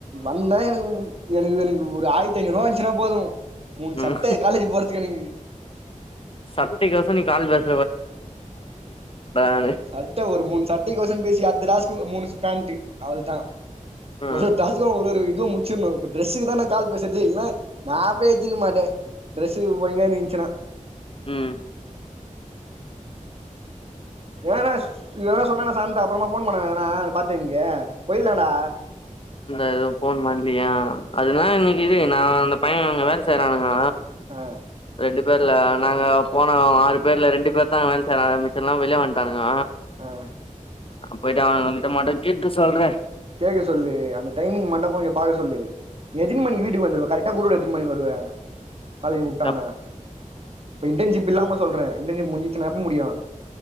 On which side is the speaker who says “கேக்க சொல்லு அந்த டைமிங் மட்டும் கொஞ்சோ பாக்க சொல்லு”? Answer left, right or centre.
Right